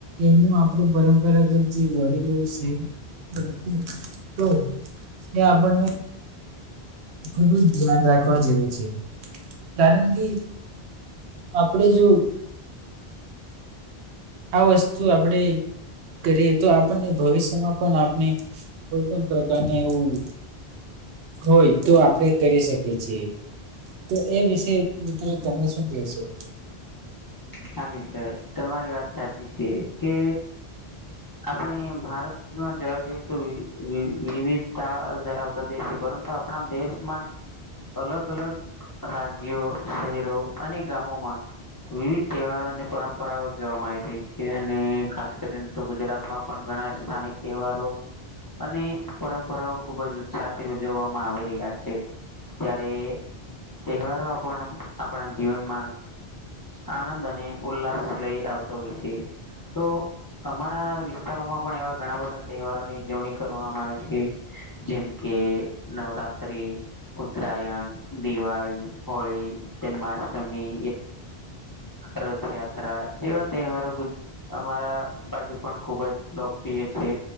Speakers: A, on the right; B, on the left.
A: એનું આપણે પરંપરાગત જે વડીલો છે <inaudible> તો એ આપણને ખુબ જ ધ્યાન રાખવા જેવું છે કારણ કે આપણે જોયું આ વસ્તુ આપણે કરીએ તો આપણને ભવિષ્યમાં પણ આપણે કોઈપણ પ્રકારને એવું હોય તો આપણેે કરી શકીએ છીએ તોએ વિશે મિત્રો તમે શું કહેશો
B: હા મિત્ર તમારી સાચી છે કે આપણે ભારત જોવા જઈએ તો વિવિધ વિવિધતા ધરાવતો દેશ છે પરંતુ આપણા દેશમાં. અલગ અલગ રાજ્યો શહેરો અને ગામોમાં વિવિધ તહેવારોની પરંપરાઓ જોવા મળી રહી છે અને કરીને તો પણ ઘણા સ્થાનિક તહેવારો અને પરંપરાઓ ખુબ જ ઉત્સાહથી ઉજવવામાં આવી રહ્યા છે ત્યારે તહેવારો પણ આપણા જીવનમાં આનંદ અને ઉલ્લાસ લઈ આવતો હોય છે. તો અમારા વિસ્તારોમાં પણ એવા ઘણા બધા તહેવારોની ઉજવણી કરવામાં આવે છે. જેમ કે નવરાત્રી ઉત્તરાયણ, દિવાળી, હોળી, જન્માષ્ટમી રથયાત્રા જેવા તહેવારો ગુજ અમારા બાજુ પણ ખુબ જ લોકપ્રિય છે.